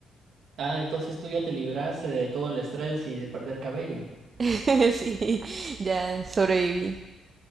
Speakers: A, on the right (about 65°); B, on the right (about 35°).
A: Ah, entonces tú ya te libraste de todo el estrés y de perder cabello.
B: <laughs> Sí, ya sobreviví.